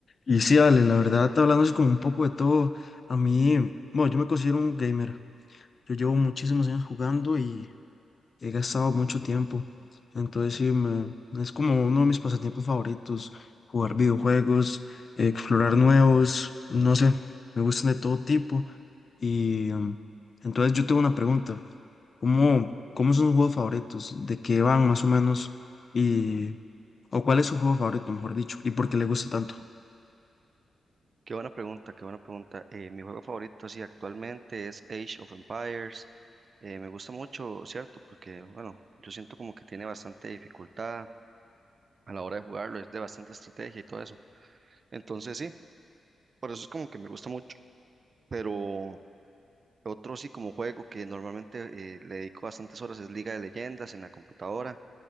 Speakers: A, on the left; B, on the right.
A: Y sí, Ale, la verdad, hablando así como un poco de todo, a mí, bueno, yo me considero un gamer. Yo llevo muchísimos años jugando y he gastado mucho tiempo. Entonces, sí, me- es como uno de mis pasatiempos favoritos, jugar videojuegos, explorar nuevos, no sé, me gustan de todo tipo. Y em, entonces yo tengo una pregunta, ¿cómo, cómo son sus juegos favoritos? ¿De qué van más o menos? Y, o cuál es su juego favorito, mejor dicho, y por qué le gusta tanto.
B: Qué buena pregunta, qué buena pregunta. Eh, mi juego favorito, así actualmente es Age of Empires. Eh, me gusta mucho, ¿cierto? Porque, bueno, yo siento como que tiene bastante dificultad a la hora de jugarlo, es de bastante estrategia y todo eso. Entonces, sí, por eso es como que me gusta mucho. Pero otro sí como juego que normalmente eh, le dedico bastantes horas es Liga de Leyendas en la computadora.